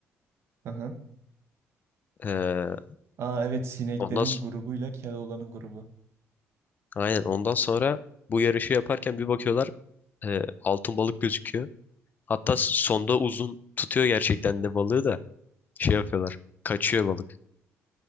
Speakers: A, on the right (about 60°); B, on the left (about 35°).
A: Aha.
B: E,
A: Aa evet sineklerin
B: ondan s-
A: grubuyla Keloğlan'ın grubu.
B: aynen ondan sonra bu yarışı yaparken bir bakıyorlar e, altın balık gözüküyor. Hatta sonda uzun tutuyor gerçekten de balığı da şey yapıyorlar. Kaçıyor balık.